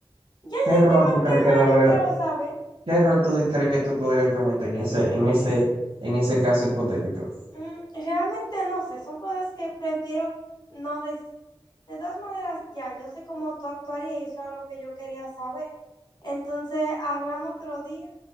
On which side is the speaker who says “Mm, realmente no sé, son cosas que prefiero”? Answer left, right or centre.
Left